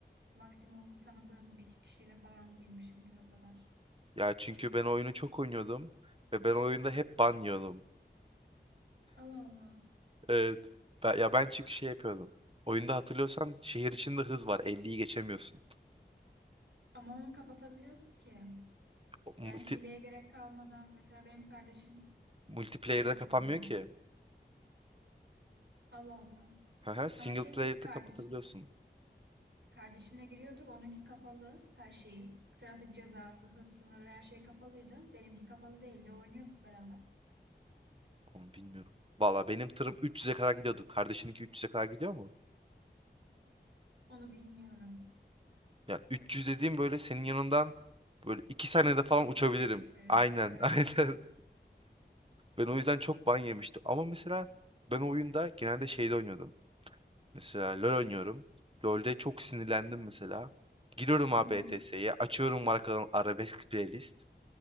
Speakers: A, on the right; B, on the right.
A: Maksimum tanıdığım iki kişiyle falan girmişimdir o kadar.
B: Ya çünkü ben oyunu çok oynuyordum ve ben oyunda hep ban yiyordum.
A: Allah Allah.
B: Evet. Ben- ya ben çünkü şey yapıyordum. Oyunda hatırlıyorsan şehir içinde hız var. elliyi geçemiyorsun.
A: Ama onu kapatabiliyorsun ki.
B: O Multi,
A: Yani hileye gerek kalmadan mesela benim kardeşim
B: multiplayer'de
A: öyle yapıyordu.
B: kapanmıyor ki.
A: Allah Allah.
B: Hı hı, Single
A: Ama şey
B: player'de
A: biz kardeş
B: kapatabiliyorsun.
A: kardeşimle giriyorduk. Onunki kapalı her şeyi. Trafik cezası, hız sınırı her şey kapalıydı. Benimki kapalı değildi. Oynuyorduk beraber.
B: Onu bilmiyorum. Valla benim tırım 300'e kadar gidiyordu. Kardeşininki 300'e kadar gidiyor mu?
A: Onu bilmiyorum.
B: Yani 300 dediğim böyle senin yanından böyle 2 saniyede falan
A: Işık
B: uçabilirim.
A: hızıyla geçer.
B: Aynen,
A: Evet.
B: <laughs> aynen. Ben o yüzden çok ban yemiştim. Ama mesela ben o oyunda genelde şeyde oynuyordum. Mesela LoL oynuyorum. LoL'de çok sinirlendim mesela. Giriyorum abi
A: Hı hı.
B: E T S'ye açıyorum markanın arabesk playlist.